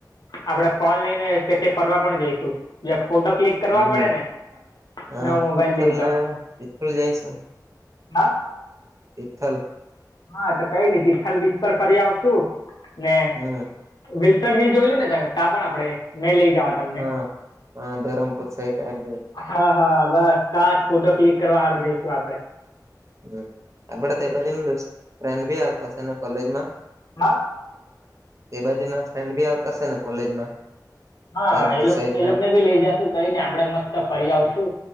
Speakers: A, on the left; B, on the right.
A: આપડે ફોન લઈને કે તે ફરવા પણ જઈશું જે ફોટો ક્લિક કરવા
B: હમ
A: પડે ને
B: હા
A: નવો મોબાઈલ
B: તિથલ
A: લઈ તો
B: ને તિથલ જઈશું
A: હા
B: તિથલ
A: હા તો કઈનય તિથલ બીચ પર ફરી આવશુ ને
B: હમ
A: વિલ્સન હિલ જોયલું ને તમે ત્યાં પણ આપણે મેં લઈ જવા તમને
B: હા હ ધરમપુર સાઈટ આવેલું <unintelligible>
A: હા હા બસ તાજ ફોટો ક્લિક કરવા હારું જઈશું આપડે.
B: હ આપડે તય બાજુન ફ્રેન્ડ બી આવતા હશે ને કોલેજમાં?
A: હા
B: એ બાજુના ફ્રેન્ડ ભી આવતા શેને કોલેજમાં?
A: હા
B: ધરમપુર
A: એ લોક
B: સાઈડ
A: એ
B: ના
A: લોકોને ભી લઈ જશુ કઈ નય આપડે મસ્ત ફરી આવશુ.